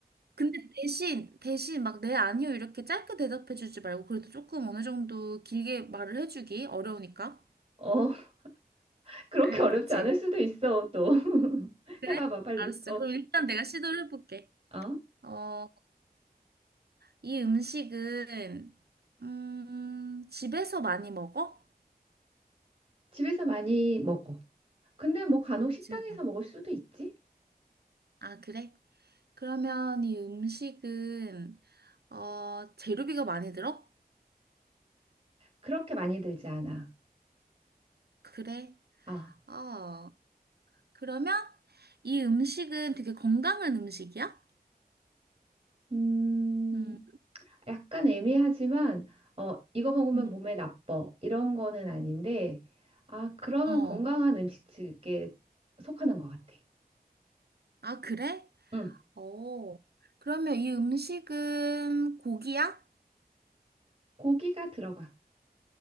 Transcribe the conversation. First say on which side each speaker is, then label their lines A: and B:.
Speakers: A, on the right; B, on the right.
A: 근데 대신 대신 막 네 아니요 이렇게 짧게 대답해주지 말고 그래도 조금 어느 정도 길게 말을 해주기 어려우니까.
B: 어, <laughs> 그렇게
A: 알겠지.
B: 어렵지 않을 수도 있어, 또. <laughs>
A: 그래?
B: 해봐봐, 빨리.
A: 알았어.
B: 어,
A: 그럼 일단 내가 시도를 해볼게.
B: 어,
A: 어, 이 음식은, 음, 집에서 많이 먹어?
B: 집에서 많이 먹어. 근데 뭐 간혹 식당에서
A: 집에서.
B: 먹을 수도 있지?
A: 아, 그래? 그러면 이 음식은, 어, 재료비가 많이 들어?
B: 그렇게 많이 들지 않아.
A: 그래.
B: 아,
A: 어, 그러면 이 음식은 되게 건강한 음식이야?
B: 음,
A: 음,
B: 약간 애매하지만 어, 이거 먹으면
A: 음,
B: 몸에 나빠 이런 거는 아닌데 아 그러면
A: 어.
B: 건강한 음식에 속하는 것 같아.
A: 아, 그래?
B: 응,
A: 어. 그러면 이 음식은 고기야?
B: 고기가 들어가.